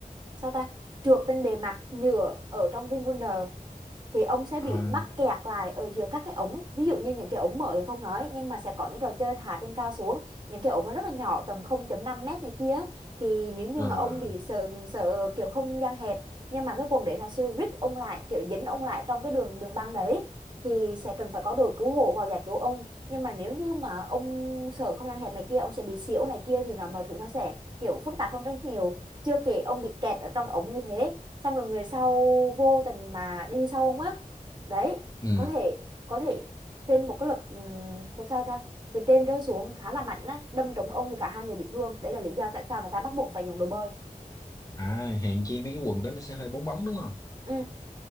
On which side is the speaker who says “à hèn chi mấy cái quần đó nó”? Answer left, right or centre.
Left